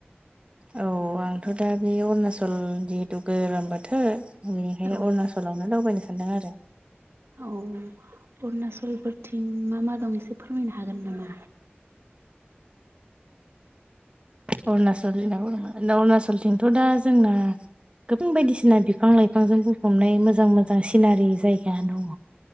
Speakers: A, on the right; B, on the right.
A: औ आंथ' दा बे अरुणाचल जिहेथु गोरोम बोथो बेनिखायनो
B: औ
A: अरुणाचलावनो दावबायनो सानदों आरो
B: औ अरुणचलफोरथिं मा मा दं एसे फोरमायनो हागोन नामा?
A: अरुणचल अरुणाचलथिंथ' दा जोंना गोबां बायदिसिना बिफां लइ बिफांजों बुंफबनाय मोजां मोजां सिनारि जायगा दङ